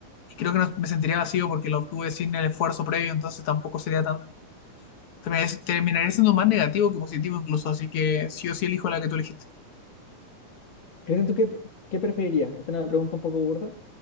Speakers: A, on the left; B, on the left.
A: Y creo que no- me sentiría vacío porque la obtuve sin el esfuerzo previo, entonces tampoco sería tan... termina- Terminaría siendo más negativo que positivo incluso, así que sí o sí elijo la que tú elegiste.
B: Cristian, ¿tú qué, qué preferirías? Esta es una pregunta un poco burda,